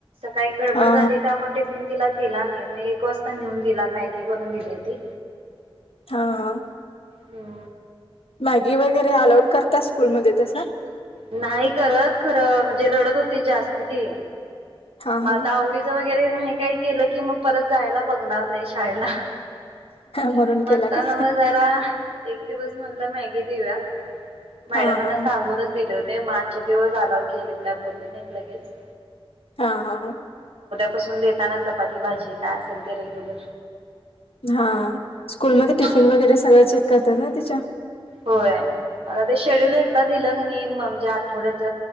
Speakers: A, on the right; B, on the left.
A: काही गडबड
B: हा हा
A: झाली त्यामुळे तिला दिला नाही म एक वाजता नेऊन दिला मॅगी करून दिली ती
B: हा हा
A: हो
B: मॅगी वगैरे अलाऊड करता स्कूलमध्ये तस
A: नाही करत खरं म्हणजे रडत होती जास्ती ती
B: हा
A: मग
B: हा
A: आता आवडीच वगैरे नाही काही केलं की मग परत जायला बघणार नाही शाळेला
B: म्हणून
A: म्हणता
B: केला काय
A: न म जरा एक दिवस म्हणला मॅगी देऊ्या मॅडमांना
B: हा हा
A: सांगूनच दिले होते ते मागच्या दिवस अलाव केलेत काय बोलले नाहीत लगेच
B: हा हा
A: पासून देताना चपाती भाजी काय असेल ते रेग्युलर
B: हा स्कूलमध्ये
A: हां.
B: टिफिन वगैरे सगळं चेक करतात ना तिच्या
A: होय आता ते शेड्यूल एकदा दिलं क नाही म्हणजे आठवड्याच